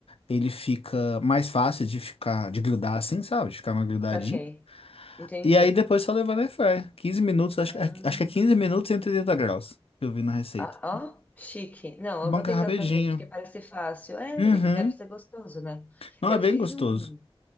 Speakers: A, on the left; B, on the left.
A: ele fica mais fácil de ficar, de grudar assim, sabe? De ficar mais grudadinho
B: saquei. Entendi.
A: E aí depois só levar na airfryer. quinze minutos, acho,
B: Ah.
A: que- acho que é 15 minutos e 180 graus, que eu vi na receita.
B: Ah, ó, chique. Não,
A: Bom
B: eu vou
A: que
B: tentar
A: é rapidinho.
B: fazer, porque parece fácil. É,
A: Uhum.
B: e deve ser gostoso, né?
A: Não,
B: Eu
A: é bem
B: fiz
A: gostoso.
B: um,